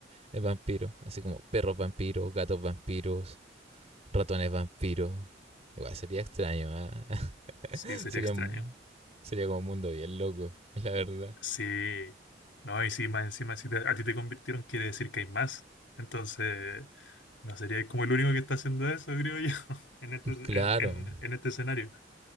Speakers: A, on the right (about 35°); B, on the left (about 80°).
A: en vampiros. Así como perros vampiros, gatos vampiros, ratones vampiros. Igual sería extraño, ¿ah?
B: Sí, sería
A: Sería,
B: extraño.
A: sería como un mundo bien loco, <laughs> la verdad.
B: Sí, no, y si más encima, si te- a ti te convirtieron, quiere decir que hay más. Entonces, no sería como el único que está haciendo eso, creo yo, <laughs> en este, en,
A: Claro.
B: en- en este escenario.